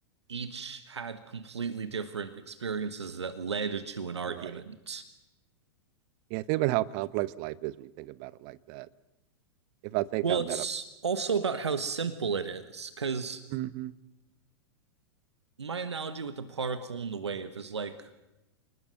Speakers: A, on the right; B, on the right.
A: each had completely different experiences that led to an argument.
B: right. Yeah, think about how complex life is when you think about it like that. If I think
A: Well,
B: I'm
A: it's
B: at a
A: also about how simple it is, because
B: <laughs> hmm
A: my analogy with the particle and the wave is like